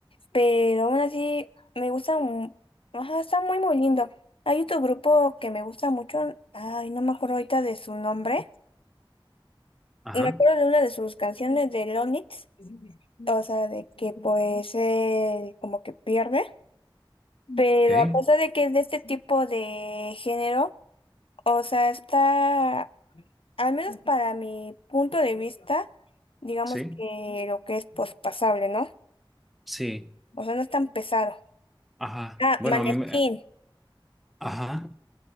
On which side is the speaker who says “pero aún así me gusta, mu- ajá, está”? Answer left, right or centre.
Left